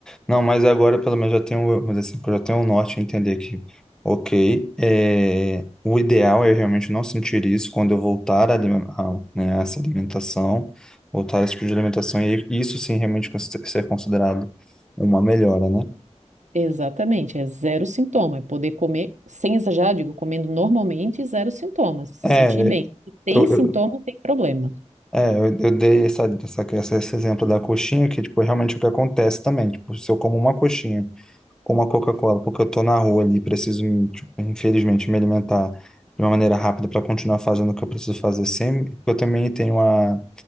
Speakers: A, in the centre; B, on the right (about 80°).
A: Não, mas agora pelo menos já tenho, mas assim, já tenho um norte a entender que, ok, é, o ideal é realmente não sentir isso quando eu voltar a, alime- a, né, a essa alimentação, voltar a esse tipo de alimentação, e isso sim realmente cons- ser considerado uma melhora, né?
B: Exatamente, é zero sintoma. É poder comer, sem exagerar, digo, comendo normalmente, zero sintomas, se
A: É,
B: sentir bem. Se tem
A: eu,
B: sintoma,
A: eu-
B: tem problema.
A: é, eu, eu dei essa, essa, essa- esse exemplo da coxinha, que tipo, é realmente é o que acontece também, tipo, se eu como uma coxinha com uma Coca-Cola, porque eu tô na rua ali, preciso, me, tipo, infelizmente, me alimentar de uma maneira rápida para continuar fazendo o que eu preciso fazer sempre, porque eu também tenho a